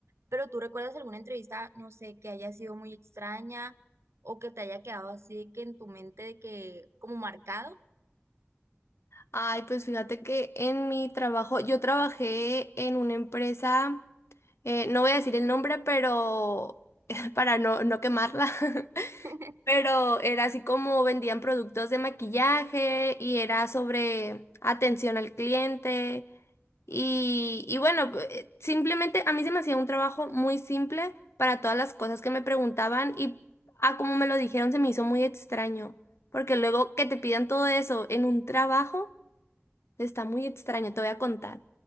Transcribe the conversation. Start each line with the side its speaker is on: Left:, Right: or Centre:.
Right: Pero tú recuerdas alguna entrevista, no sé, que haya sido muy extraña o que te haya quedado así que en tu mente de que como marcado.
Left: Ay, pues fíjate que en mi trabajo, yo trabajé en una empresa, eh, no voy a decir el nombre, pero <laughs> para no, no quemarla. <laughs>
Right: <laughs>
Left: Pero era así como vendían productos de maquillaje y era sobre atención al cliente Y, y bueno, eh, simplemente a mí se me hacía un trabajo muy simple para todas las cosas que me preguntaban y a como me lo dijeron se me hizo muy extraño, porque luego que te pidan todo eso en un trabajo está muy extraño, te voy a contar.